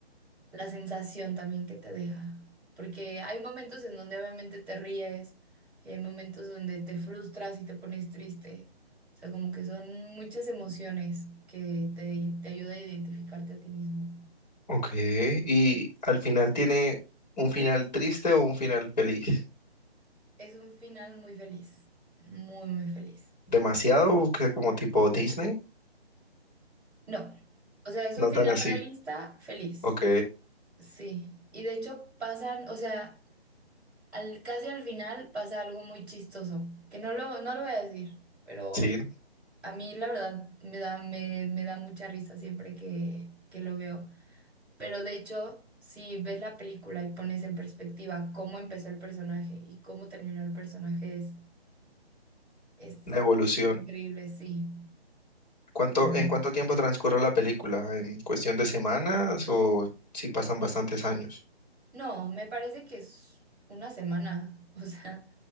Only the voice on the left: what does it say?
Ok, y al final tiene un final triste o un final feliz.
Demasiado que como tipo Disney,
no
tan así.
Ok,
sí,
una evolución.
¿Cuánto,
en cuánto tiempo transcurre la película? ¿En cuestión de semanas o si pasan bastantes años?